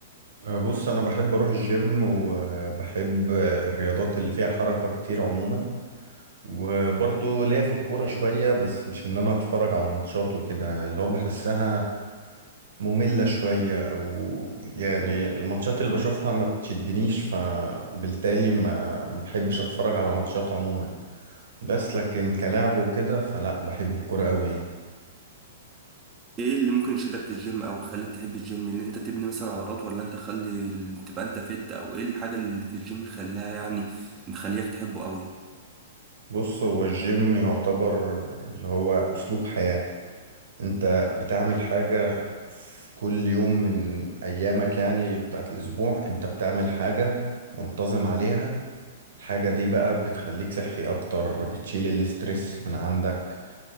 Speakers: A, on the right; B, on the right.
A: أه، بص انا بحب اروح الجيم وبحب الرياضات اللي فيها حركة كتير عموما وبرضه ليا في الكورة شوية بس مش ان انا اتفرج على ماتشات وكده اللي هو بحسها مملة شوية أو يعني الماتشات اللي بشوفها ما بتشدنيش فبالتالي ما بحبش أتفرج على ماتشات عموما بس لكن كلاعب وكده فلا بحب الكرة أوي يعني
B: إيه اللي ممكن يشدك في الجيم أو يخليك تحب الجيم اللي أنت تبني مثلا عضلات ولا أنت خلي تبقى أنت فت أو إيه الحاجة اللي في الجيم خلاها يعني مخليك تحبه أوي؟
A: بص هو الجيم يعتبر اللي هو أسلوب حياة أنت بتعمل حاجة في كل يوم من أيامك يعني بتاعت الأسبوع أنت بتعمل حاجة منتظم عليها الحاجة دي بقى بتخليك صحي أكتر بتشيل الاسترس من عندك